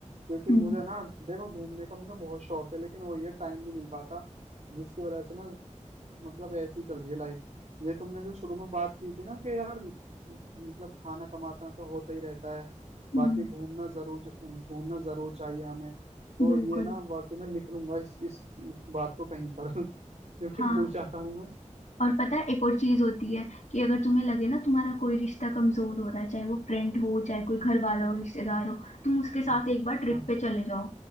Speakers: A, on the right (about 70°); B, on the left (about 70°).
A: क्योंकि
B: हम्म
A: मुझे ना देखो घूमने का मुझे बहुत शौक है लेकिन वो ये टाइम नहीं मिल पाता जिसकी वजह से ना मतलब ऐसी चल रही है लाइफ ये तुमने जो शुरू में बात की थी ना कि यार मतलब खाना कमाता तो होता ही रहता है बाकी
B: हम्म,
A: घूमना जरूर घूमना जरूर चाहिए हमें तो
B: बिल्कुल
A: ये ना वाकई में लिख लूंगा इस इस बात को कहीं पर <laughs> क्योंकि
B: हाँ
A: भूल जाता हूँ मैं
B: और पता है एक और चीज होती है कि अगर तुम्हें लगे ना तुम्हारा कोई रिश्ता कमजोर हो रहा है चाहे वो फ्रेंड हो चाहे कोई घर वाला हो रिश्तेदार हो तुम उसके
A: हम्म,
B: साथ एक बार ट्रिप
A: या,
B: पे चले जाओ